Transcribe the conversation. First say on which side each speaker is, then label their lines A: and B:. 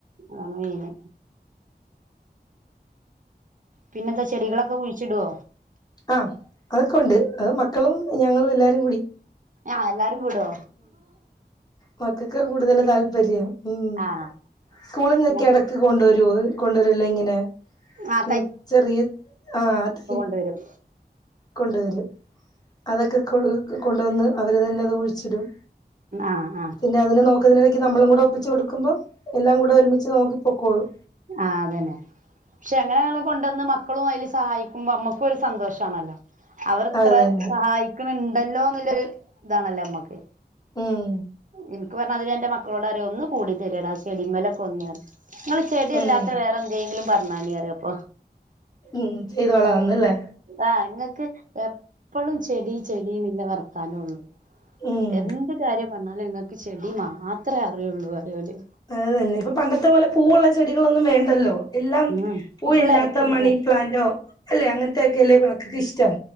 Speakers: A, on the right; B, on the left.
A: അതാണ് വെയില് പിന്നെന്താ ചെടികളൊക്കെ കുഴിച്ചിടോ?
B: അഹ്, അതൊക്കെ ഉണ്ട് അത് മക്കളും ഞങ്ങളും എല്ലാരും കൂടി
A: ഏഹ് എല്ലാരും കൂടോ?
B: മക്കക്ക് കൂടുതല് താല്പര്യം. ഉം
A: ആഹ്
B: സ്കൂളിൽന്നൊക്കെ
A: അങ്ങനെ
B: എടക്ക് കൊണ്ടുവരുവോ കൊണ്ടുവരുല്ലയിങ്ങനെ
A: ആ
B: ഉം ചെറിയ ആഹ് തൈ
A: പ്പവെരും
B: കൊണ്ടുവെരും. അതൊക്കെ കൊ കൊണ്ടുവന്ന് അവര് തന്നെ ത് കുഴിച്ചിടും.
A: ആഹ് ആഹ്
B: പിന്നെ അതിന് നോക്കുന്നതിനെടയ്ക്ക് നമ്മളും കൂടെ ഒപ്പിച്ച് കൊടുക്ക്മ്പം എല്ലാം കൂടെ ഒരുമിച്ച് നോക്കി പൊക്കോളും
A: ആഹ് അതന്നെ പക്ഷെ അങ്ങനെള്ളെ കൊണ്ടുന്ന് മക്കളും അയില് സഹായിക്കുമ്പോ അമ്മക്കും ഒരു സന്തോഷാണല്ലോ അവർ ഇത്രെ
B: അത് തന്നെ
A: സഹായിക്ക്ണ് ണ്ടല്ലോന്ന്ല്ലരു താണല്ലോ അമ്മക്ക്
B: ഉം
A: ഇൻക്ക് പർഞ്ഞാതിരി എൻ്റെ മക്കളോടറിം ഒന്ന് കൂടിതെര്യടാ ചെടിമേലൊക്കൊന്ന് ങ്ങള് ചെടിയല്ലാത്ത
B: ഉം
A: വേറെ എന്തേങ്കിലും പർഞ്ഞാണീ അറിയപ്പൊ.
B: ഉം ചെയ്തോളാന്നല്ലേ
A: ആഹ് ങ്ങക്ക് എപ്പളും ചെടി ചെടിന്ന്ല്ലെ വർത്താനൊള്ളൂ
B: ഉം
A: എന്ത് കാര്യം പർഞ്ഞാലും ങ്ങക്ക് ചെടി മാത്രേ അറിയൊള്ളൂ അതേപോലെ
B: അതെന്നെ, ഇപ്പൊ പണ്ടത്തെ പോലെ പൂവുള്ളെ ചെടികളൊന്നും വേണ്ടല്ലോ എല്ലാം
A: ഉം ഇപ്പൊ
B: പൂവില്ലാത്ത
A: ഫുള്ള് ഇലച്ചെടികളാ
B: മണീ പ്ലാന്റോ അല്ലേ അങ്ങൻത്തെയക്കെല്ലേ യിപ്പം മക്കക്ക് ഇഷ്ടം